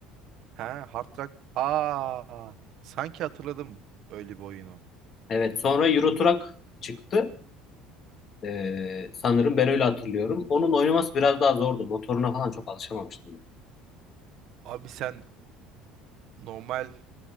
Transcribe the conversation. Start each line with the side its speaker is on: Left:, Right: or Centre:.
Right: He, Hard Truck. Aa, sanki hatırladım öyle bir oyunu.
Left: Evet, sonra Euro Truck çıktı. Ee, sanırım ben öyle hatırlıyorum. Onun oynaması biraz daha zordu. Motoruna falan çok alışamamıştım ben.
Right: Abi sen normal